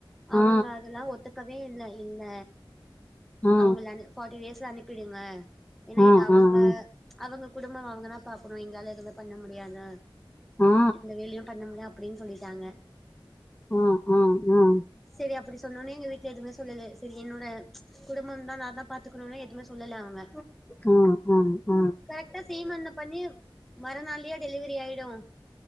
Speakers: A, in the centre; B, on the left.
A: அவங்க
B: ஆ
A: அதுல்லா ஒத்துக் கவே இல்ல இந்த
B: ஆ
A: அவங்களனு ஃபார்ட்டி டேஸ்ல அனுப்பிடுங்க ஏனா
B: ஆ
A: இது அவங்க
B: ஆ ஆ
A: அவுங்க குடும்பம் அவங்கதா பாக்குணு எங்களால எதுவு பண்ண முடியாதா
B: ஆ
A: எந்த வேலையு பண்ண முல்ல அப்டின் சொல்லிட்டாங்க
B: ஆ ஆ ஆ
A: செரி அப்புடி சொன்னவுன்னே எங்க வீட்ல எதுவுமே சொல்லல்ல செரி என்னோட குடும்பம் தா நா தா பாத்துக்கணுணே எதுவுமே சொல்லல அவங்க
B: அ அ அ
A: கரெக்டா சீமந்தம் பண்ணி மறு நாள்லயே டெலிவரி ஆயிடு